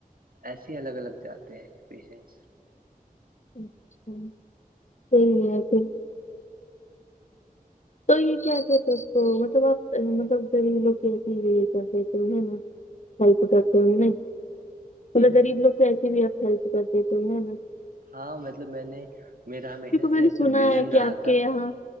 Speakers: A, on the right; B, on the left.
A: ایسے ہی الگ الگ جاتے ہیں پیشنٹس
B: اچھا ٹھیک ہے پھر تو یہ کیا کہتے اس کو مطلب آپ مطلب غریب لوگ کیسے ہی یہ کر دیتے ہو ہیں نا
A: <unintelligible>
B: ہیلپ کرتے ہوں میں مطلگر
A: ہ
B: غریب لوگ کی ایسے بھی آپ ہیلپ کر دیتےوں ن
A: ہاں مطلب میں نے میرا ہمیشہ سے
B: میں نے
A: ایسا
B: سنا
A: وژن
B: ہے کہ
A: رہا
B: آپ
A: تھا
B: کے یہاں